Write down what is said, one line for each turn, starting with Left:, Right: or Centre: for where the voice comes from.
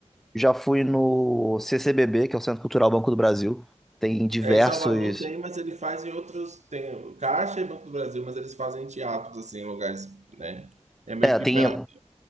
Centre: Já fui no CCBB, que é o Centro Cultural Banco do Brasil. Tem diversos.
Right: É, em Salvador tem, mas ele faz em outros. Tem o Caixa e Banco do Brasil, mas eles fazem em teatros, assim, em lugares, né? É meio
Centre: É,
Right: que
Centre: tem
Right: pera-